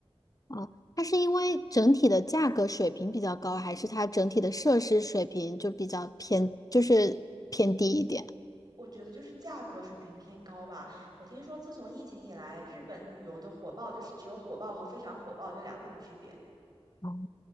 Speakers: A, on the left (about 35°); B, on the right (about 40°).
A: 啊。它是因为整体的价格水平比较高，还是它整体的设施水平就比较偏，就是偏低一点？
B: 我觉得就是价格水平偏高吧。我听说自从疫情以来，日本旅游的火爆就是只有火爆和非常火爆这两种区别。
A: 哦